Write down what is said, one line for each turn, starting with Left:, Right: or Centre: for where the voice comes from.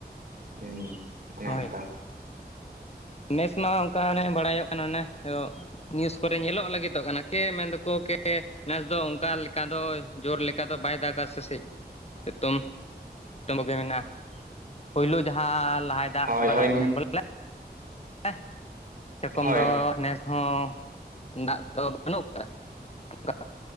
Right: ᱦᱮᱸ ᱚᱱᱮ
Left: ᱦᱳᱭ
Right: ᱚᱱᱠᱟ
Left: ᱱᱮᱥ ᱢᱟ ᱚᱱᱠᱟ ᱚᱱᱮ ᱵᱟᱲᱟᱭᱚᱜ ᱠᱟᱱᱟ ᱚᱱᱮ ᱱᱤᱭᱩᱥ ᱠᱚᱨᱮ ᱧᱮᱞᱚᱜ ᱞᱟᱹᱜᱤᱛᱚᱜ ᱠᱟᱱᱟ ᱠᱮ ᱢᱮᱱ ᱫᱚᱠᱚ ᱠᱮ ᱱᱮᱥ ᱫᱚ ᱚᱱᱠᱟ ᱞᱮᱠᱟ ᱫᱚ ᱡᱳᱨ ᱞᱮᱠᱟ ᱫᱚ ᱵᱟᱭ ᱫᱟᱜᱟ ᱥᱮ ᱪᱮᱫ ᱥᱮᱛᱚᱝ ᱥᱤᱛᱩᱝᱠᱚᱜᱮ ᱢᱮᱱᱟᱜᱼᱟ᱾ ᱯᱳᱭᱞᱳ ᱡᱟᱦᱟᱸ ᱞᱟᱦᱟᱭ ᱫᱟᱜ
Right: ᱦᱳᱭ
Left: ᱵᱟᱲᱟᱭᱮᱫ
Right: ᱦᱳᱭ
Left: ᱛᱟᱦᱮᱱ ᱵᱚᱞᱮ <unintelligible> ᱥᱮᱨᱚᱠᱚᱢ
Right: ᱦᱳᱭ
Left: ᱫᱚ ᱱᱮᱥ ᱦᱚᱸ ᱫᱟᱜ ᱫᱚ ᱵᱟᱹᱱᱩᱜ ᱟᱠᱟᱫᱟ ᱚᱱᱠᱟ‌